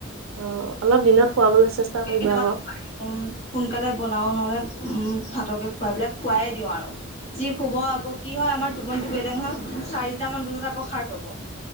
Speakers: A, on the right; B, on the left.
A: অ', অলপ দিনত শুৱাবলৈ চেষ্টা
B: কেইটামান
A: কৰিবা আকৌ।
B: খুৱাই উম। সোনকালে বনাও নহলে উম ভাতকে খুৱাই পেলাই শুৱাই দিও আৰু। যি শুব আকৌ কি হয় আমাৰ টোপনিটো বেলেগ নহয় চাৰিটা মান বজাত আকৌ সাৰ পাব।